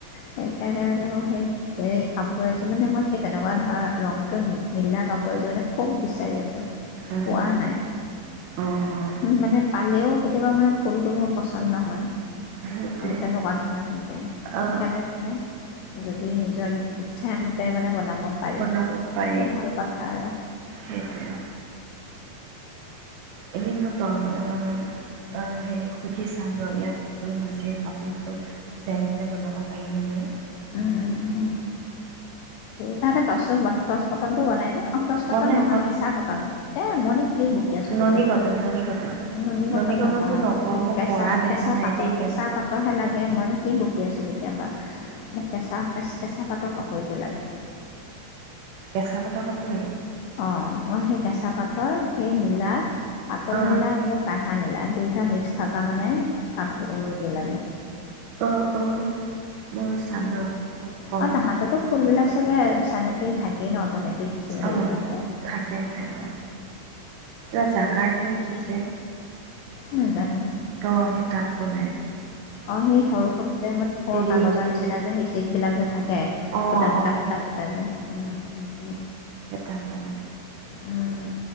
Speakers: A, on the left; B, on the right.
A: সেইকাৰণে মানে মই সেই- সেই কাপোৰ এযোৰ মানে মই সেই তেনেকুৱা ধৰ ৰংটো মিলা কাপোৰ এযোৰ মানে খুব বিচাৰি আছোঁ।
B: অঁ
A: পোৱা নাই,
B: অঁ অঁ
A: মানে- পালেও কেতিয়াবা মানে ফুলটো মোৰ পচন্দ নহয়
B: সেইটোৱে
A: তেনেকুৱা- হৈ যায়।
B: অঁ
A: সেইকাৰণে মানে যদি নিজৰ ইচ্ছামতে মানে বনাব- পাৰি
B: বনাব
A: তেতিয়াতো
B: পাৰি
A: ভাল কথা আৰু।
B: সেইটোৱে। এনেই <unintelligible> অঁ' হেৰি সুধি চাম ৰ ইয়াত তোৰ নিজে কাপোৰটো- ডিজাইন দিলে বনাব পাৰিনে নোৱাৰি।
A: উমঁ' উমঁ' উমঁ' উমঁ'। তাহাঁতে টচ ব টচ কটনটো বনাই নে, অঁ' টচ কটন
B: বনাই
A: নহয়
B: বনাই
A: কেঁচা কটন। এ মই- কি বকি আছোঁ তেতিয়াপা,
B: ননী কটন ননী কটন
A: নুনী কটন
B: ননী কটনটো
A: নহয়
B: নক
A: মোক কেঁচা-কেঁচা
B: পৰা দেখা নাই
A: পাতৰ-
B: দেই এতিয়ালৈকে
A: কেঁচা পাতৰহে লাগে, মই কি বকি আছোঁ তেতিয়া পৰা, মোক কেঁচা কেচ কেঁচা পাতৰ কাপোৰযোৰ লাগে।
B: কেঁচা পাতৰ কাপোৰ লাগে।
A: অঁ' মই সেই কেঁচা পাতৰ সেই নীলা পাতল
B: অঁ
A: নীলা আৰু - কাঢ়া নীলা দুইটা মিক্স থকা মানে কাপোৰ এযোৰ লাগে।
B: অঁ' অঁ' ম‌ই চাম ৰ। ক'ম
A: অ তাহাঁতেৰতো ফুলবিলাক চাগে চানেকিত থাকেই ন অট'মেটিক হেৰি
B: অঁ
A: হৈ পেলাই
B: থাকে থাকে কিবা জাগা নে কি যে
A: নাজানো
B: ত সেই তাঁত বনাই
A: অ সি সৰু সৰু যে মই দেখো
B: ৰিল
A: কাগজৰ
B: ৰিল
A: নিচিনা যে সেই চিট বিলাক যে থাকে
B: অ', অ',
A: ফুটা‌ ফুটা ফুটা যে উম উম উম
B: এ তাত বনাই
A: উম